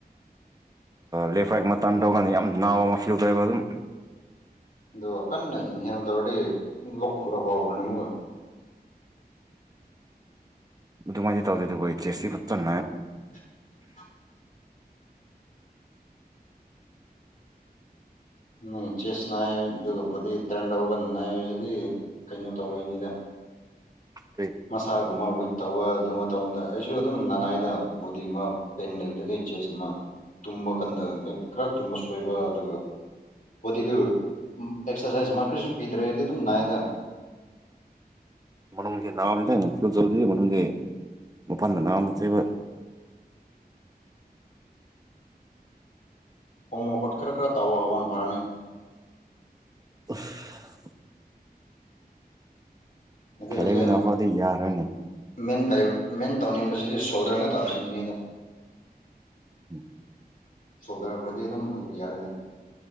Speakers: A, on the right; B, on the left.
A: ꯂꯦꯐ ꯔꯥꯏꯠ ꯃꯇꯟ ꯇꯧꯀꯥꯟꯗ ꯌꯥꯝ ꯅꯥꯕ ꯑꯃ ꯐꯤꯜ ꯇꯧꯋꯦꯕ ꯑꯗꯨꯝ
B: ꯑꯗꯣ ꯀꯟꯅ ꯏꯟꯍꯦꯜ ꯇꯧꯔꯥꯗꯤ ꯂꯣꯛ ꯈꯨꯔꯛꯄ ꯍꯧꯔꯛꯄꯥꯅꯦ ꯑꯃꯨꯛꯀꯥ
A: ꯑꯗꯨꯃꯥꯏꯗꯤ ꯇꯧꯗꯦ ꯗꯨꯕꯨ ꯑꯩ ꯆꯦꯁ ꯁꯤ ꯐꯖ ꯅꯥꯏ
B: <inaudible> ꯎꯝ ꯆꯦꯁ ꯅꯥꯏ ꯑꯗꯨꯒ ꯕꯨꯗꯤ ꯇꯔꯟ ꯇꯧꯕꯒꯟ ꯅꯥꯏꯕꯁꯤꯗꯤ ꯀꯩꯅꯣ ꯇꯧꯏꯅꯤꯗ
A: ꯀ꯭ꯔꯤ
B: ꯃꯁꯥꯒꯨꯝꯕ ꯋꯤꯛ ꯇꯧꯕ ꯑꯗꯨꯝꯕ ꯇꯧꯕ ꯃꯇꯝꯗ ꯑꯩꯁꯨ ꯑꯗꯨꯝ ꯂꯥꯅꯥꯏꯗ ꯕꯣꯗꯤꯃꯛ ꯄꯦꯟ ꯂꯩꯕꯗꯨꯗꯤ ꯆꯦꯁ ꯑꯃ ꯇꯨꯝꯕ ꯀꯥꯟꯗ ꯈꯔ ꯇꯨꯝꯕ ꯁꯣꯏꯕ ꯑꯗꯨꯒ ꯕꯣꯗꯤꯗꯨ ꯑꯦꯛꯁ꯭ꯔꯁꯥꯏꯁ ꯃꯥ ꯀ꯭ꯔꯤꯁꯨ ꯄꯤꯗ꯭ꯔꯦ ꯑꯗꯨꯝ ꯅꯥꯏꯌꯦꯗꯥ
A: ꯃꯅꯨꯡꯁꯤ ꯅꯥꯕꯅꯤꯗ ꯑꯩꯅ <unintelligible> ꯃꯄꯥꯟꯗ ꯅꯥꯕ ꯅꯠꯇꯦꯕ
B: ꯍꯣꯃꯣꯀꯣꯠ ꯈꯔ ꯈꯔ ꯇꯥꯎꯕ ꯍꯧꯕꯒꯥꯟ ꯐꯔꯥꯅꯦ
A: <unintelligible>
B: ꯍꯥꯏꯩ
A: ꯈꯥꯏꯂꯩꯕ
B: ꯍꯧꯖꯤꯛ ꯑꯩꯅ
A: ꯅꯥꯕ ꯐꯥꯎꯗꯤ ꯌꯥꯔꯣꯏꯅꯦ
B: ꯃꯦꯟ ꯄꯥꯏ ꯃꯦꯟ ꯇꯧꯅꯤꯡꯕꯁꯤꯗꯤ ꯁꯣꯜꯗꯔ ꯉ ꯇꯥ ꯁꯤꯅꯤꯡꯉꯩꯗ
A: <unintelligible>
B: ꯁꯣꯜꯗꯔ ꯐꯔꯗꯤ ꯑꯗꯨꯝ ꯐ ꯌꯥꯔꯦꯗ